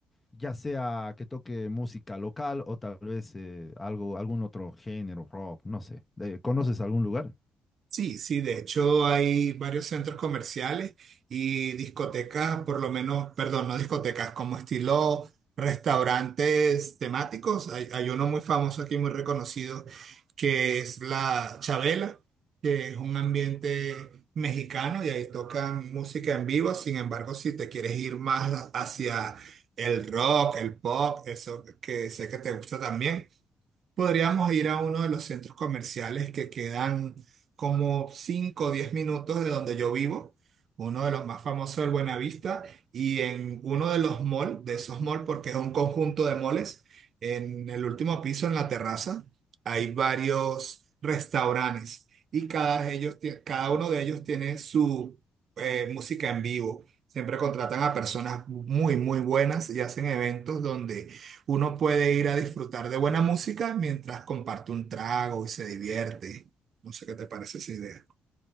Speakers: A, on the left; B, on the right.
A: ya sea que toque música local o tal vez eh, algo, algún otro género, rock, no sé. Eh, ¿conoces algún lugar?
B: Sí, sí, de hecho hay varios centros comerciales y discotecas, por lo menos, perdón, no discotecas, como estilo restaurantes temáticos. Hay, hay uno muy famoso aquí, muy reconocido, que es la Chabela, que es un ambiente mexicano y ahí tocan música en vivo. Sin embargo, si te quieres ir más hacia el rock, el pop, eso que sé que te gusta también. Podríamos ir a uno de los centros comerciales que quedan como 5 o 10 minutos de donde yo vivo, uno de los más famosos del Buenavista, y en uno de los malls, de esos malls, porque es un conjunto de malls, en el último piso, en la terraza, hay varios restaurantes y cada, ellos, tie- cada uno de ellos tiene su eh, música en vivo. Siempre contratan a personas muy, muy buenas y hacen eventos donde uno puede ir a disfrutar de buena música mientras comparte un trago y se divierte. No sé qué te parece esa idea.